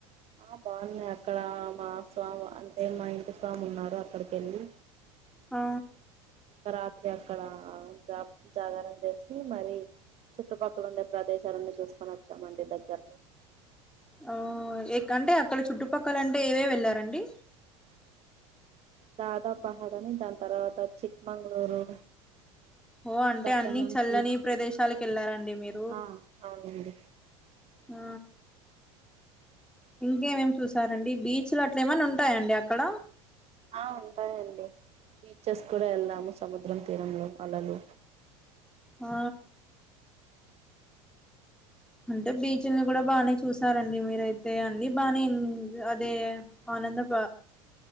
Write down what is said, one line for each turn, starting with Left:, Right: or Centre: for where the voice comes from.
Right: ఆ బాగున్నాయి అక్కడ మా స్వామి అంటే మా ఇంటి స్వామి ఉన్నారు అక్కడికి వెళ్ళి
Centre: ఆ
Right: ఒక రాత్రి అక్కడ జ జాగరం చేసి మరి చుట్టుపక్కల ఉండే ప్రదేశాలన్నీ చూస్తాం వచ్చామండి దగ్గర్లో
Centre: ఓ ఏక్ అంటే అక్కడ చుట్టుపక్కలంటే ఏవేవి వెళ్లారండి
Right: దాదా పహాడని దాని తర్వాత చిక్మంగళూరు
Centre: ఓ అంటే
Right: దక్కన్
Centre: అన్ని
Right: నుంచి
Centre: చల్లని ప్రదేశాలకు వెళ్లారండి మీరు
Right: ఆ అవునండి
Centre: ఆ ఇంకేమేమి చూసారండి బీచ్లు అట్ల ఏమన్నా ఉంటాయండి అక్కడ
Right: ఆ ఉంటాయండి బీచెస్ కూడా వెళ్ళాము సముద్రం తీరంలో అలలు
Centre: ఆ అంటే బీచ్ల్ని కూడా బాగానే చూసారండి మీరయితే అన్ని బాగానే అదే ఆనందప